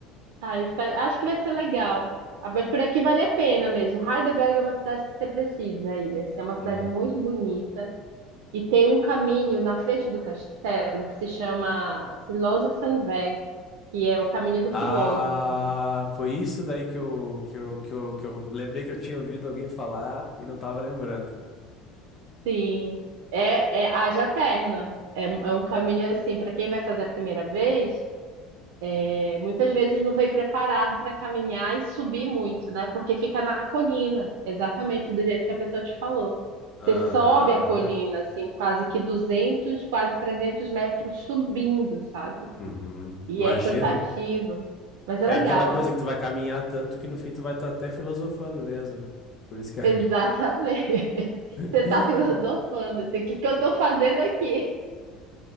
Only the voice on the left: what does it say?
Hum.
Ah,
foi isso daí que eu, que eu, que eu, que eu lembrei que eu tinha ouvido alguém falar e não tava lembrando.
Aham.
Uhum.
Imagina.
É
aquela coisa que tu vai caminhar tanto que no fim tu vai estar até filosofando mesmo. Por isso que.
<laughs>